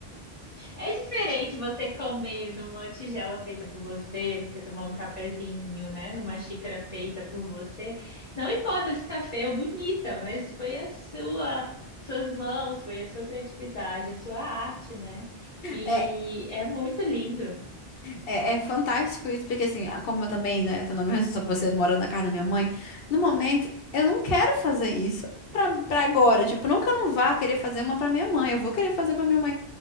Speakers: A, on the left (about 35°); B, on the left (about 65°).
A: É diferente você comer numa tigela feita por você, você tomar um cafezinho, né, numa xícara feita por você. Não importa se tá feia ou bonita, mas foi a sua, suas mãos, foi a sua criatividade, a sua arte, né? E
B: É,
A: é muito lindo.
B: É, é fantástico isso, porque assim, como eu também, né, tô na mesma situação que você, morando na casa da minha mãe, no momento, eu não quero fazer isso pra, pra agora. Tipo, não que eu não vá querer fazer uma pra minha mãe, eu vou querer fazer pra minha mãe.